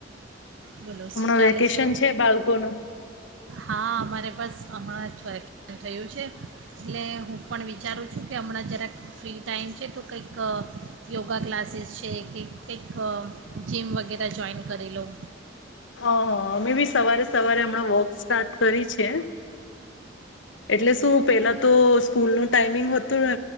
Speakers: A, on the right; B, on the left.
A: બોલો શું
B: હમણાં
A: ચાલે
B: વેકેશન
A: છે.
B: બાળકોનું
A: હા અમારે બસ હમણાં જ વેકેશન થયું છે. એટલે હું પણ વિચારું છું કે હમણાં જરાક ફ્રી ટાઈમ છે તો કંઈક યોગા ક્લાસીસ છે કે કંઈક જીમ વગેરે જોઈન કરી લઉં.
B: હા હા અમે બી સવારે સવારે હમણાં વોક સ્ટાર્ટ કરી છે. એટલે શું પેલા તો સ્કૂલનું ટાઈમિંગ હતું ને